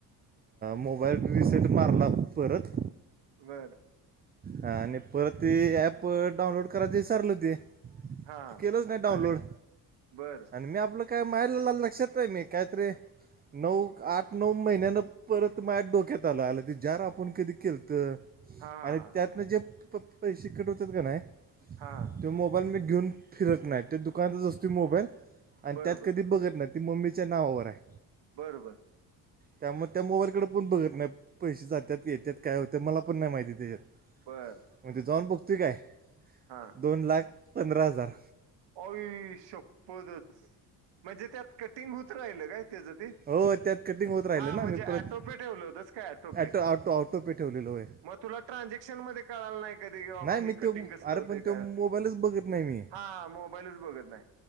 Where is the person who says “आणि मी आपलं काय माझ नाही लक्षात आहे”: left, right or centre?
Right